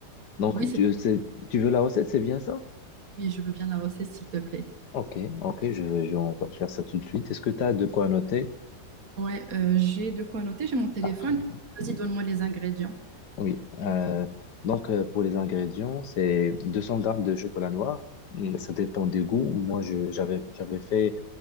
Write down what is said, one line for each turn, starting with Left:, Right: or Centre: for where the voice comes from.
Left: Donc,
Right: Oui, c'était.
Left: tu, c'est- tu veux la recette, c'est bien ça?
Right: Oui, je veux bien la recette, s'il te plaît.
Left: Ok, ok, je, vais- je vais en faire ça tout de suite. Est-ce que tu as de quoi noter
Right: Ouais, euh, j'ai de quoi noter, j'ai mon téléphone.
Left: après?
Right: Vas-y, donne-moi les ingrédients.
Left: Oui. Euh, donc, euh, pour les ingrédients, c'est 200 grammes de chocolat noir. Hum, Ça dépend des goûts. Moi, je, j'avais, j'avais fait,